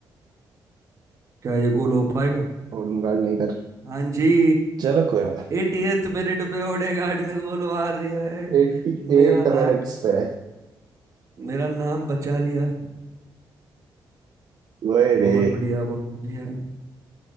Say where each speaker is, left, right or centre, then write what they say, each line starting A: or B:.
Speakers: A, on the right; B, on the right.
A: क्या ये गोल हो पाएगा
B: होल्डिंग गार्ड नहीं कर
A: हाँ जी
B: चलो कोई बात
A: एटीएथ मिनट पे ओडेगार्ड ने गोल मार दिया है
B: एट्टी एट
A: मेरा नाक
B: मिनट्स पे
A: मेरा नाम बचा लिया
B: वही रे
A: बहुत बढ़िया बहुत बढ़िया